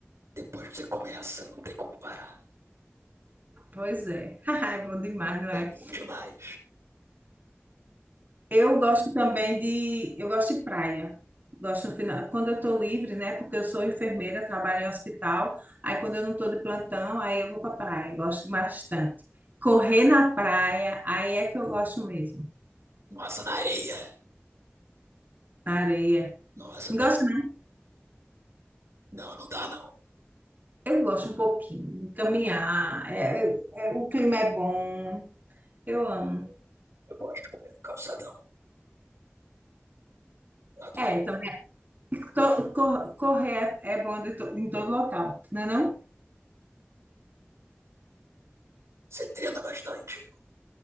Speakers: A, on the right; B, on the right.
A: depois que você começa, não tem como parar.
B: Pois é. <laughs> É bom demais, não
A: É
B: é?
A: bom demais.
B: Eu gosto também de, eu gosto de praia. Gosto no final, quando eu estou livre, né? Porque eu sou enfermeira, trabalho em hospital. Aí quando eu não estou de plantão, aí eu vou para praia. Gosto bastante. Correr na praia, aí é que eu gosto mesmo.
A: Nossa, na areia.
B: Na areia.
A: Nossa,
B: Não gosto,
A: tá.
B: não.
A: Não, não dá não.
B: Eu gosto um pouquinho. Caminhar, é- é- o clima é bom. Eu amo.
A: Eu gosto de correr no calçadão. Eu adoro.
B: É, também. to- cor- correr é é bom de to- em todo local, não é não?
A: Você treina bastante.